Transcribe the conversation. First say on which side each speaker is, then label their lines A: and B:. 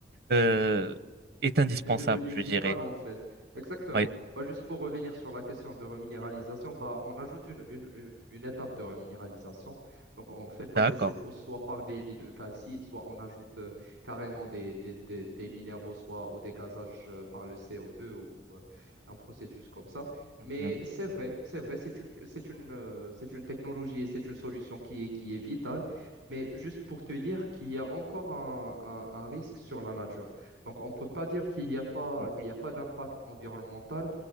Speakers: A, on the right; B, on the right.
A: euh, est indispensable,
B: est devenu
A: je
B: vital
A: dirais.
B: en fait. Exactement.
A: Oui,
B: Bah, juste pour revenir sur la question de reminéralisation, bah, on ajoute une, une, une, une étape de reminéralisation. Donc on fait passer
A: d'accord.
B: cette eau soit par des lits de calcite, soit on ajoute euh, carrément des, des, des, des minéraux, soit au dégazage euh, par le CO2 ou euh, un processus comme ça.
A: Mhm,
B: Mais c'est vrai, c'est vrai, c'est une, c'est une, euh, c'est une technologie et c'est une solution qui est, qui est vitale. Mais juste pour te dire qu'il y a encore un, un un risque sur la nature. Donc, on ne peut pas dire qu'il n'y a pas,
A: mhm.
B: qu'il n'y a pas d'impact environnemental,